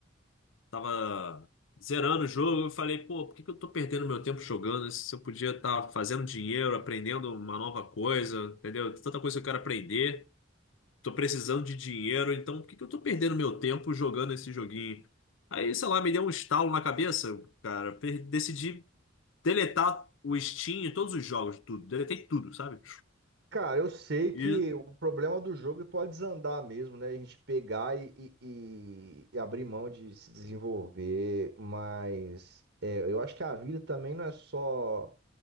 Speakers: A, on the left; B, on the right.
A: Tava zerando o jogo, eu falei, pô, por que que eu tô perdendo meu tempo jogando? Se eu podia estar fazendo dinheiro, aprendendo uma nova coisa, entendeu? Tanta coisa que eu quero aprender. tô precisando de dinheiro, então por que que eu tô perdendo meu tempo jogando esse joguinho? Aí, sei lá, me deu um estalo na cabeça, cara. per- Decidi deletar o Steam, e todos os jogos, tudo. Deletei tudo, sabe?
B: Cara, eu sei que
A: E,
B: o problema do jogo pode desandar mesmo, né? A gente pegar e, e, e- e abrir mão de se desenvolver, mas é, eu acho que a vida também não é só